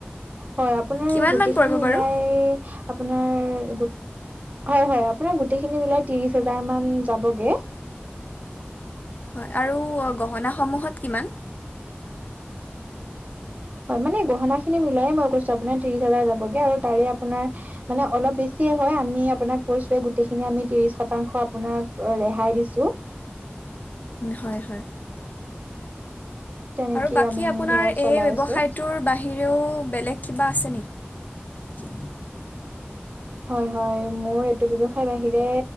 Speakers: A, on the right; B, on the left.
A: হয় আপোনাৰ
B: কিমানমান
A: গোটেখিনি
B: পৰিব
A: মিলাই
B: বাৰু
A: আপোনাৰ গোট হয় হয় আপোনাৰ গোটেইখিনি মিলাই ত্ৰিশ হাজাৰ যাবগে।
B: হয় আৰু গহনাসমূহত কিমান?
A: হয় মানে গহনা খিনি মিলাই মই কৈছো আপোনাৰ ত্ৰিশ হাজাৰ যাবগে আৰু তাৰে আপোনাৰ মানে অলপ বেছি হয় আমি আপোনাক কৈছে গোটেইখিনি আমি ত্ৰিশ শতাংশ আপোনাক ৰেহাই দিছো। <inaudible>
B: হয় হয়।
A: তেনেকেই
B: আৰু বাকী
A: আমি
B: আপোনাৰ
A: ধৰক চলাই
B: এই ব্যৱসায়টোৰ
A: আছোঁ।
B: বাহি বাহিৰেও বেলেগ কিবা আছে নেকি?
A: হয় হয় মোৰ এইটো ব্যৱসায় বাহিৰে